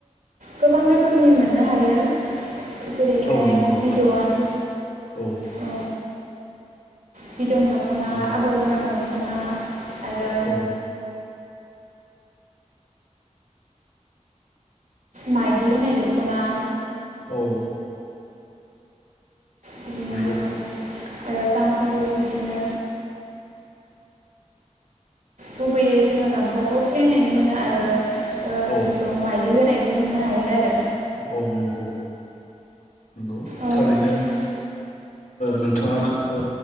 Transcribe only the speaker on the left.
औ नंगौ
औ
नंगौ
औ
औ
नंगौ
औ
औ नंगौ नंगौ
थारैनो
नोंथाङा औ